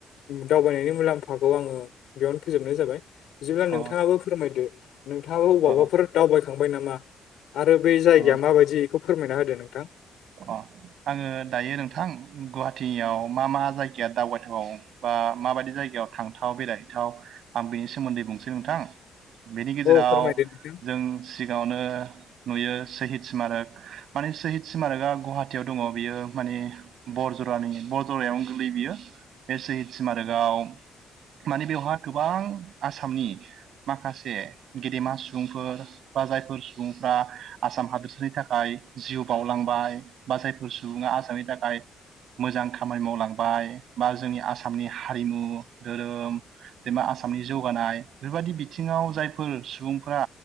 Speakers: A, on the left (about 75°); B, on the right (about 70°).
A: दावबायनायनि मुलाम्फाखौ आङो बेयावनो फोजोबनाय जाबाय। बिदिब्ला नोंथाङाबो
B: अ
A: फोरमायदो नोंथाङाबो अबावबाफोर
B: अ
A: दावबायखांबाय नामा आरो बे जायगाया
B: अ
A: माबायदि बेखौ फोरमायना होदो नोंथां।
B: अ आङो दायो नोंथां गुवाहाटियाव मा मा जायगाया दावबायथाव बा माबायदि जायगायाव थांथाव बेरायहैथाव आं बिनि सोमोन्दै बुंनोसै नोंथां बेनि गेजेराव
A: औ फोरमायदो नोंथां
B: जों सिगाङावनो नुयो सोहिद स्मारक माने सोहिद स्मारकआ गुवाहाटियाव दङ बियो माने बरजरानि बरजरायावनो गोलैयो बियो बे सोहिद स्मारकआव माने बेवहाय गोबां आसामनि माखासे गेदेमा सुबुंफोर बा जायफोर सुबुंफ्रा आसाम हादोरसानि थाखाय जिउ बावलांबाय जायफोर सुबुङा आसामनि थाखाय मोजां खामानि मावलांबाय बा जोंनि आसामनि हारिमु धोरोम जेनबा आसामनि जौगानाय बेफोरबायदि बिथिङाव जायफोर सुबुंफोरा